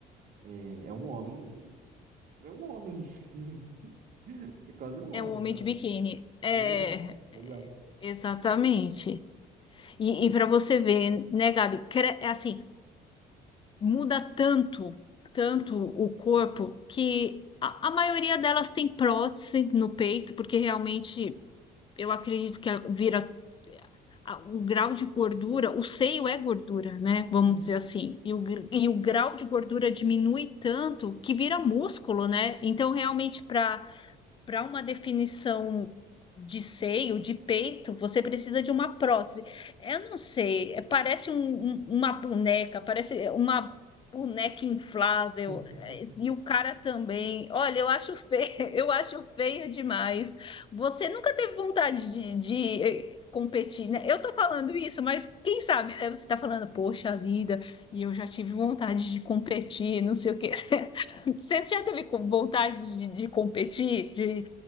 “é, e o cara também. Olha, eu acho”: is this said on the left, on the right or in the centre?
Left